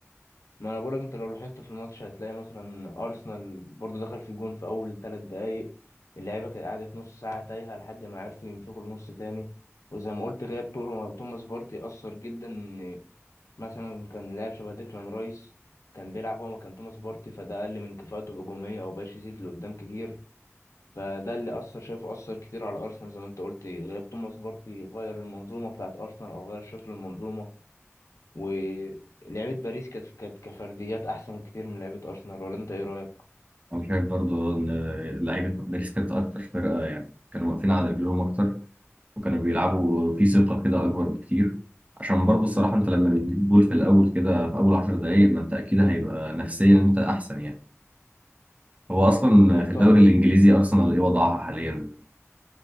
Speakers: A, on the left (about 80°); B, on the right (about 25°).
A: ما انا بقولك انت لو لاحظت في الماتش هتلاقي مثلا ارسنال برضو دخل في الجون في اول ثلاث دقايق اللعيبه كانت قعدت نص ساعه تايهه لحد ما عرفوا يمسكوا النص تاني وزي ما قلت غياب توما- توماس بارتي اثر جدا مثلا كان لاعب شبه ديكلان رايس كان بيلعب هو مكان توماس بارتي فده أقل من كفاءته هجومية أو بقاش يزيد لقدام كتير فده اللي أثر شايفه أثر كتير على أرسنال زي ما أنت قلت غياب توماس بارتي غير المنظومة بتاعت أرسنال أو غير شكل المنظومة ولعيبة باريس كانت كانت كفرديات أحسن كتير من لعيبة أرسنال ولا أنت إيه رأيك؟
B: انا شايف برضو ان لعيبه باريس كانت اكتر فرقه يعني كانوا واقفين على رجلهم اكتر وكانوا بيلعبوا
A: مم؟
B: في ثقه كده اكبر بكتير عشان برضو الصراحه انت لما بتجيب جول في الاول كده في اول 10 دقائق ما انت اكيد هيبقى نفسيا انت احسن يعني هو اصلا
A: آه
B: في
A: طبعا
B: الدوري الانجليزي ارسنال ايه وضعها حاليا